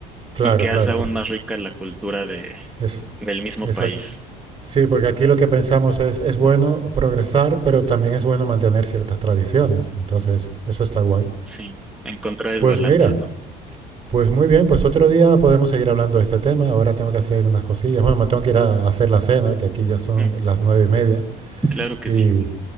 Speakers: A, on the right; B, in the centre.
A: claro,
B: y que
A: claro,
B: hace aún
A: porque
B: más rica la cultura de,
A: es...
B: del mismo
A: Exacto.
B: país.
A: Sí, porque aquí lo que pensamos es, es bueno progresar, pero también es bueno mantener ciertas tradiciones. Entonces, eso está guay.
B: Sí, encontrar el
A: Pues
B: balance,
A: mira,
B: ¿no?
A: pues muy bien, pues otro día podemos seguir hablando de este tema. Ahora tengo que hacer unas cosillas. Bueno, me tengo que ir a hacer la cena, que aquí ya son
B: Mm,
A: las nueve y media.
B: Claro que
A: Y,
B: sí.